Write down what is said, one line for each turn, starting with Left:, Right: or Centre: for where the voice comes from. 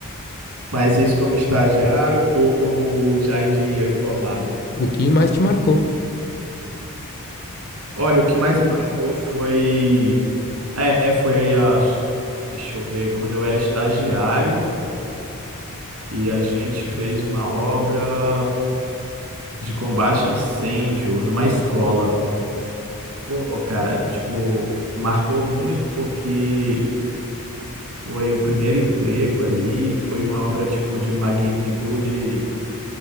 Right: mas isso como estagiário ou como já engenheiro formado?
Left: O que mais te marcou?
Right: Olha, o que mais me marcou foi, é, é, foi a, deixa eu ver, quando eu era estagiário e a gente fez uma obra de combate a incêndio numa escola. Pô, cara, tipo, marcou muito porque foi o primeiro emprego ali, foi uma obra, tipo, de magnitude